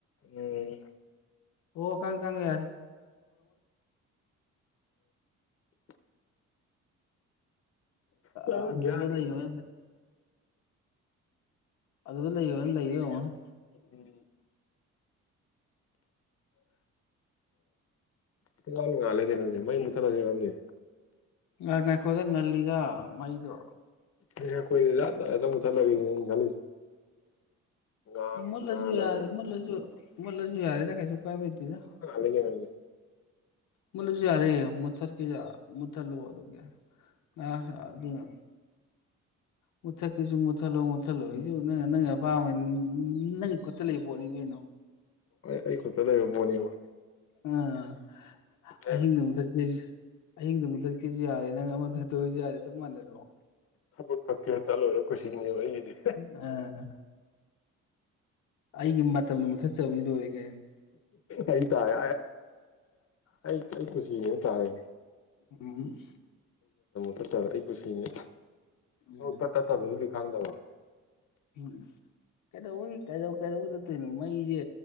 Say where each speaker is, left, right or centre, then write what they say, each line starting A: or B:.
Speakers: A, on the left (about 50°); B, on the left (about 80°).
A: ꯎꯝ
B: ꯑꯣ ꯀꯪ ꯀꯪꯉꯦ꯫ꯌꯥꯔꯦ
A: ꯎ ꯒ꯭ꯌꯥꯟ
B: ꯑꯗꯨ ꯑꯗꯨꯗ ꯂꯩꯕꯥ
A: ꯇꯥꯗꯦ
B: ꯑꯗꯨꯗ ꯂꯩꯌꯣꯅꯦ ꯂꯩꯔꯤ ꯑꯣꯏꯔꯝꯅꯤ꯫
A: ꯎꯝ ꯄꯨꯛꯉꯜ ꯉꯜꯂꯦ ꯀꯩꯅꯣ ꯍꯧꯖꯤꯛ ꯃꯩ ꯃꯨꯠꯊꯠꯂꯥꯁꯤꯔꯥ ꯈꯪꯗꯦ
B: ꯉ ꯉꯥꯏꯈꯣꯗ ꯉꯜꯂꯤꯗ ꯃꯩꯗꯣ
A: ꯏꯨꯊꯠꯂꯒꯅꯦ ꯈꯜꯂꯤꯁꯦ ꯉꯥꯟꯒ
B: ꯃꯨꯂꯖꯨ
A: ꯉꯥꯜꯂꯕꯅꯤꯅ
B: ꯌꯥꯏ ꯃꯂꯖꯨ ꯃꯂꯖꯨ ꯌꯥꯔꯦꯗ ꯀꯩꯁꯨ ꯀꯥꯏꯕ ꯂꯩꯇꯦꯗ
A: ꯄꯨꯛꯉꯜ ꯉꯜꯂꯦ ꯀꯩꯅꯣ ꯍꯧꯖꯤꯛ
B: ꯃꯨꯠꯂꯥꯁꯨ ꯌꯥꯔꯦ ꯃꯨꯊꯠ ꯀꯦꯁꯨ ꯃꯨꯊꯠꯂꯣ ꯑꯗꯨꯝ ꯌꯥꯔꯦ ꯑ ꯑꯗꯨꯅꯥ ꯃꯨꯠꯊꯠꯀꯦꯁꯨ ꯃꯨꯠꯊꯠꯂꯣ ꯃꯨꯠꯊꯠꯂꯣꯁꯨ ꯅꯪ ꯅꯪꯒꯤ ꯑꯄꯥꯝꯕ ꯅꯪꯒꯤ ꯈꯨꯠꯇ ꯂꯩꯕ ꯄꯣꯠꯅꯤ ꯀꯩꯅꯣ
A: ꯑꯩ ꯈꯨꯠꯇ ꯂꯩꯕ ꯄꯣꯠꯅꯦꯕ
B: ꯑꯥ
A: ꯑꯦ
B: ꯑꯍꯤꯡꯗ ꯃꯨꯊꯠꯀꯦ ꯑꯍꯤꯡꯗ ꯃꯨꯊꯠꯀꯦꯁꯨ ꯌꯥꯔꯦ ꯅꯪ ꯑꯃꯗ ꯇꯧꯖꯤ ꯌꯥꯔꯦ ꯆꯞ ꯃꯥꯥꯟꯅꯥꯗꯔꯣ
A: ꯍ ꯐꯛ ꯇꯜꯣ ꯑꯣꯏꯋ ꯈꯨꯁꯤꯒꯤꯅꯦꯕ ꯑꯩꯒꯤꯗꯤ
B: ꯑꯥ ꯑꯩꯒꯤ ꯃꯇꯝꯗꯣ ꯃꯨꯊꯠ ꯆꯕꯤ ꯂꯣꯏꯔꯦ꯫ ꯀꯩꯅꯣ
A: ꯑꯩ ꯇꯥꯔꯦ ꯑꯩ ꯀꯁꯤꯅꯦꯅ ꯇꯥꯔꯦ
B: ꯎꯝ
A: ꯆꯠꯆꯔ ꯑꯩ ꯀꯨꯁꯤꯅꯤ
B: ꯎꯝ
A: ꯇꯠ ꯇꯠꯇꯕꯗꯨꯗꯤ ꯈꯪꯗꯕ
B: ꯎꯝ <unintelligible> ꯀꯩꯗꯧꯕ ꯀꯩꯗꯧ ꯀꯩꯗꯧꯕꯗꯠꯇꯣꯏꯅꯣ ꯃꯩꯁꯦ